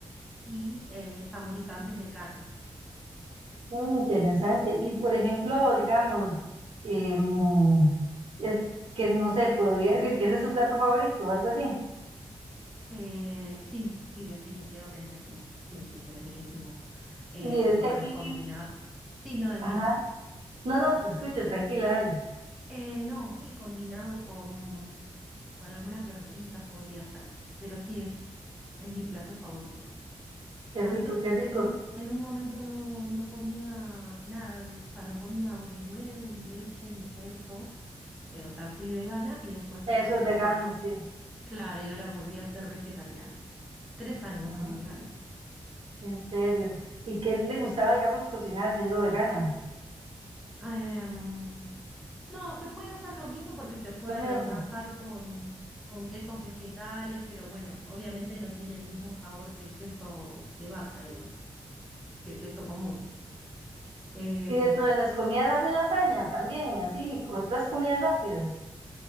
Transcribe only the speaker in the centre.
y eh, saborizantes de carne.
Eh, sí, sí, definitivamente sí. Sí, sí, es riquísimo. Eh,
y
bueno,
combinado. Sí, no, decime.
Eh, no, sí, combinado con, con algunas verduritas podría ser, pero sí es, es mi plato favorito.
Antes,
en un, en un momento no, no comía nada, de- o sea, no comía o ni huevo, ni leche, ni queso, eh, o sea, fui vegana y después ahora
volví
a,
claro, y ahora volví a ser vegetariana. Tres años
fui vegana.
Em, no, se puede hacer lo mismo porque se puede
reemplazar con, con quesos vegetales, pero bueno, obviamente no tiene el mismo sabor que el queso de vaca, digamos, que el queso común. Em,